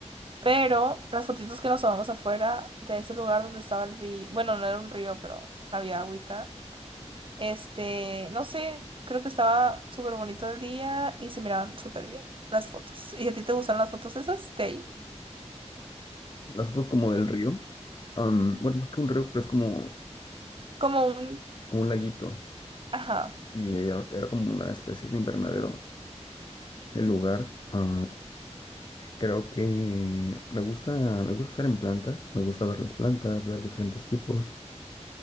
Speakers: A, on the right (about 50°); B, on the left (about 40°).
A: Pero las fotitos que nos tomamos afuera de ese lugar donde estaba el río. Bueno, no era un río, pero había agüita. Este, no sé, creo que estaba súper bonito el día y se miraban súper bien las fotos. ¿Y a ti te gustan las fotos esas de ahí?
B: Las fotos como del río. am, bueno, más que un río, creo es como,
A: Como un...
B: como un laguito.
A: Ajá.
B: Y era, era como una especie de invernadero el lugar. ah, Creo que me gusta, me gusta estar en plantas, me gusta ver las plantas, ver diferentes tipos,